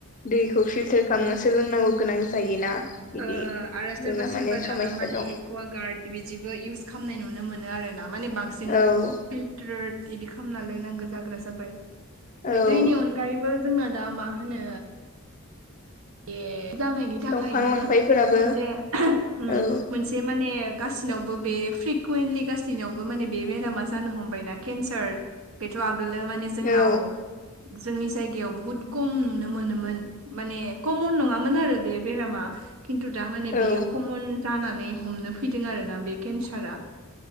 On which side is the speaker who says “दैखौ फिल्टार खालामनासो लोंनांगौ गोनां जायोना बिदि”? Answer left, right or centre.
Left